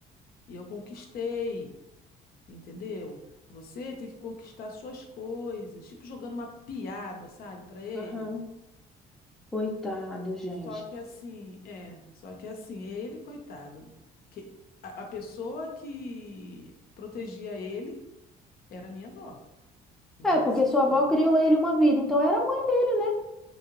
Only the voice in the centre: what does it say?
Aham. Coitado, gente.
É,
porque
sua
avó criou ele uma vida, então era a mãe dele, né?